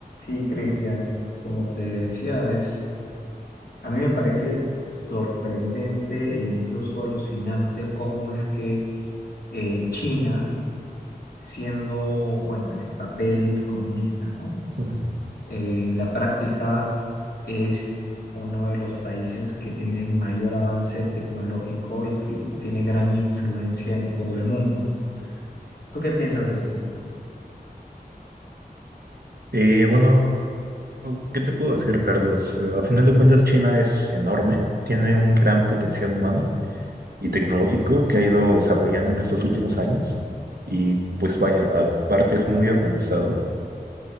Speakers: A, on the left; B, on the right.
A: Sí, Cristian, como te decía, es, a mí me parece sorprendente e incluso alucinante cómo es que eh, China, siendo, bueno, en el papel comunista, ¿no?
B: Ujú.
A: Eh, en la práctica es uno de los países que tiene mayor avance tecnológico y que tiene gran influencia en todo el mundo. ¿Tú qué piensas de esto?
B: Eh, bueno, ¿qué te puedo decir, Carlos? Eh, a final de cuentas, China es enorme, tiene un gran potencial humano y tecnológico que ha ido desarrollando en estos últimos años. Y pues vaya, aparte es muy organizado,